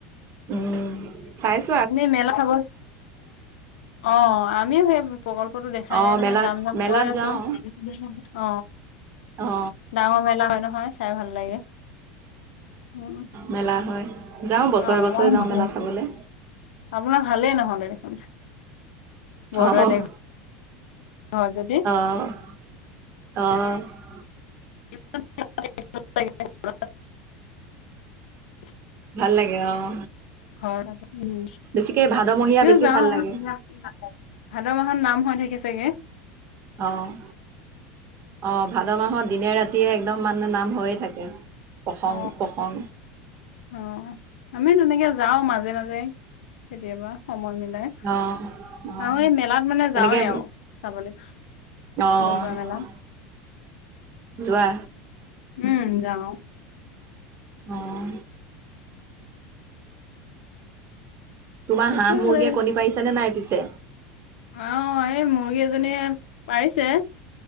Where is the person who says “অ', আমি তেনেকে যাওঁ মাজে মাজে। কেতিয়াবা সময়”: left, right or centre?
Left